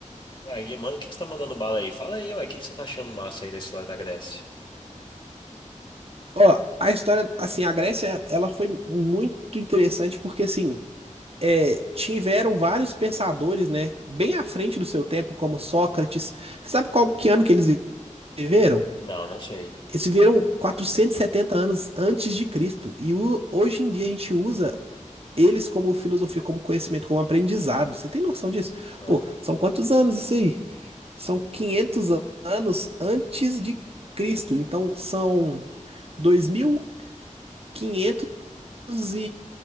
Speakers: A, on the left; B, on the right.
A: uai, e, mano, o que que você tá mandando bala aí? Fala aí, uai, o que que você tá achando massa aí da história da Grécia?
B: Ó, a história, assim, a Grécia, ela foi muito interessante porque, assim, é, tiveram vários pensadores, né, bem à frente do seu tempo, como Sócrates. Sabe qual que ano que eles viveram?
A: Não, não sei.
B: Eles viveram 470 anos antes de Cristo. E o- hoje em dia a gente usa eles como filosofia, como conhecimento, como aprendizado. Você tem noção disso?
A: Ah,
B: Pô, são quantos anos isso aí? São 500 an- anos antes de Cristo. Então são 2.500 e, quinhentos e,